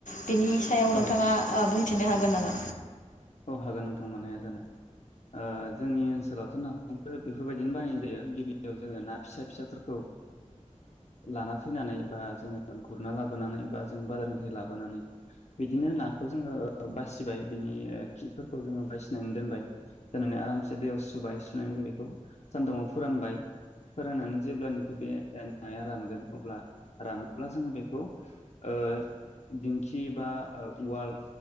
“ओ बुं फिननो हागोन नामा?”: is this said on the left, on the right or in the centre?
Left